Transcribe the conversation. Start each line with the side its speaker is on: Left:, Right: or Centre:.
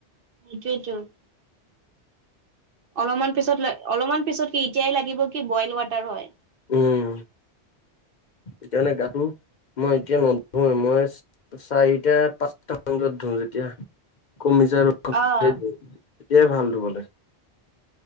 Right: সেইটোৱেইটো অলপমান পিছত অলপমান পিছত কি এতিয়াই লাগিব কি বইল ৱাটাৰ হয়।
Left: উম, এতিয়া মানে গাটো মই এতিয়া নধোৱে মই চাৰিটা -পাঁচটামান বজাত ধুম যেতিয়া কমি যাব ৰদটো।
Right: অ
Left: তেতিয়াই ভাল ধুবলে।